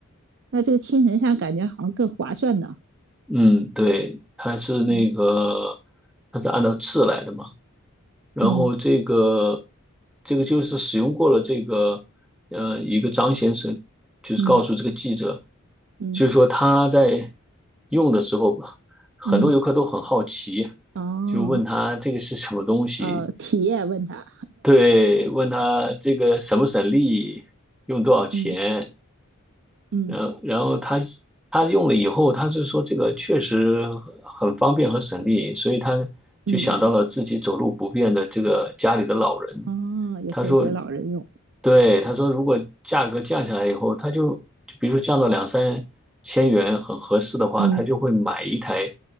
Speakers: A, on the right (about 60°); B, in the centre.
A: 那这个青城山感觉好像更划算呢。
B: 嗯，对，它是那个
A: 嗯
B: 它是按照次来的嘛。然后这个
A: 嗯
B: 这个就是使用过了这个呃一个张先生，就是告诉这个记者，
A: 嗯嗯
B: 就是说他在用的时候，很多游客都很好奇，
A: 嗯，哦，
B: 就问他这个是什么东西，
A: 呃，体验问他，
B: 对，问他这个省不省力，用多少钱，
A: 嗯嗯
B: 然后然后他。他用了以后，他就说这个确实很方便和省力，所以他就想到了自己走路不便的这个家里的老人，
A: 嗯，哦，也可以给老人用，
B: 他说，对，他说如果价格降下来以后，他就就比如说降到两三千元很合适的话，
A: 嗯，
B: 他就会买一台